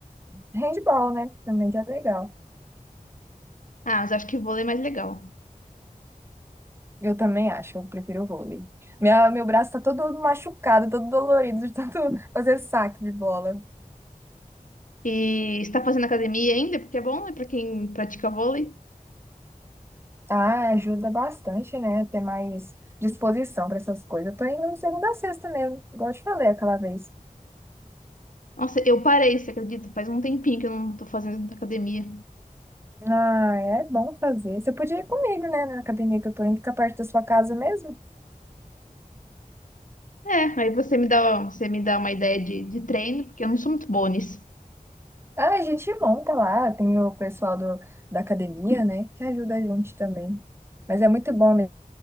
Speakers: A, on the right (about 15°); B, on the left (about 65°).
A: handball, né? Também que é legal.
B: Ah, mas acho que vôlei é mais legal.
A: Eu também acho, eu prefiro o vôlei. Minha, meu braço tá todo machucado, todo dolorido de tanto <laughs> fazer saque de bola.
B: E está fazendo academia ainda? Porque é bom, né, para quem pratica vôlei.
A: Ah, ajuda bastante, né? Ter mais disposição para essas coisas. Eu tô indo segunda a sexta mesmo, igual eu te falei aquela vez.
B: Nossa, eu parei, você acredita? Faz um tempinho que eu não tô fazendo academia.
A: Ah, é bom fazer. Você podia ir comigo, né? Na academia que eu tô indo, fica perto da sua casa mesmo.
B: É, aí você me dá, você me dá uma ideia de, de treino, porque eu não sou muito boa nisso.
A: Ah, a gente monta lá, tem o pessoal do, da academia, né? Que ajuda a gente também. Mas é muito bom,